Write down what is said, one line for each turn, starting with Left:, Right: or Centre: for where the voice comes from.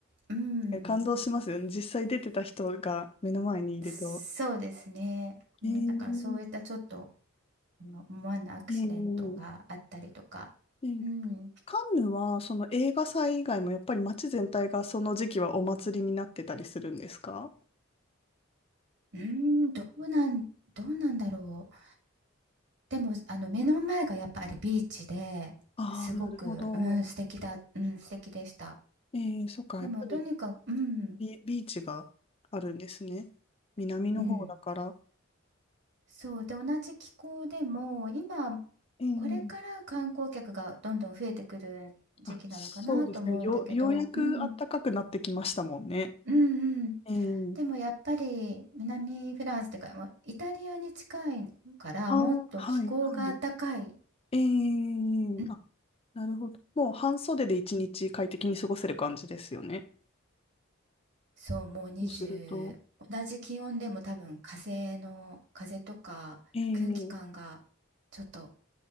Right: うん、
Left: 確かに感動しますよね。実際出てた人が目の前にいると。
Right: そうですね。ね、
Left: えー、
Right: なんかそういったちょっと、あの、思わぬアクシデントがあったりとか。
Left: えー、えー
Right: うん。う
Left: カンヌはその映画祭以外もやっぱり街全体がその時期はお祭りになってたりするんですか
Right: ーん、どうなん、どうなんだろう。でも、あの、目の前がやっぱりビーチで、
Left: ああー、
Right: すごく、
Left: なるほど。
Right: うん、素敵だ、うん、素敵でした。
Left: えー、そっか、
Right: でも、
Left: やっぱり
Right: とにかく、うん、
Left: ビ、ビーチがあるんですね。南の方だから。
Right: うん、そう。で、同じ気候でも、今、
Left: ええ
Right: これから観光客がどんどん増えてくる時期なのかなと思うんだけど、
Left: あ、そうですね。よ、ようやく暖かくなってきましたもんね。
Right: うん、うんうん。
Left: ええ
Right: でもやっぱり南フランスっていうか、もうイタリアに近いからもっと気候が暖かい。
Left: あー、はい、はい。ええあ、
Right: うん
Left: なるほど。もう半袖で一日快適に過ごせる感じですよね。
Right: そう、もう20、
Left: そうすると。
Right: 同じ気温でも多分風の、風とか空気感がちょっと
Left: ええ